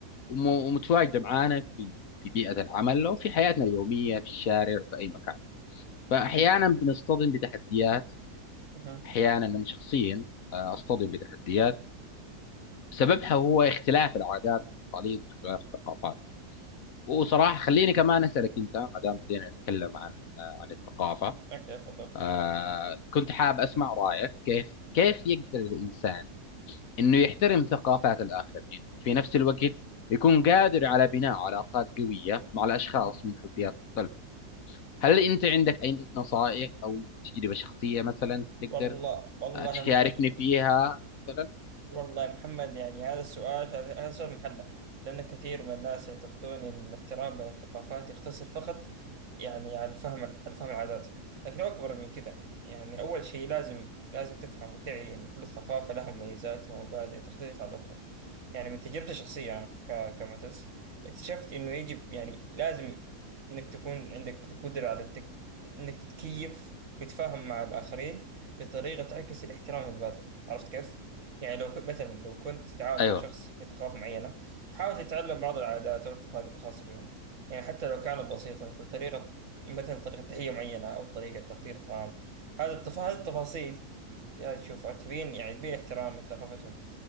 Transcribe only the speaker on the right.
اها
اوكي تفضل
أها.
والله والله
محير
والله يا محمد يعني هذا السؤال هذا سؤال محلة لأن كثير من الناس يعتقدون أن الاحترام بين الثقافات يقتصر فقط يعني على الفهم على فهم العادات لكن هو أكبر من كذا يعني أول شيء لازم لازم تفهم وتعي أن كل ثقافة لها مميزات ومبادئ تختلف عن الأخرى يعني من تجربتي الشخصية أنا ك- كمعتز اكتشفت أنه يجب يعني لازم أنك تكون عندك القدرة على التك... أنك تتكيف وتتفاهم مع الآخرين بطريقة تعكس الاحترام البادئ عرفت كيف؟ يعني لو كنت مثلا لو كنت تتعاون
مع شخص من ثقافة معينة حاول تتعلم بعض العادات والتقاليد الخاصة بهم يعني حتى لو كانت بسيطة مثل طريقة مثلا طريقة تحية معينة أو طريقة تحضير طعام هذا التف... هذه التفاصيل جاي تشوفها تبين يعني تبين احترام لثقافتهم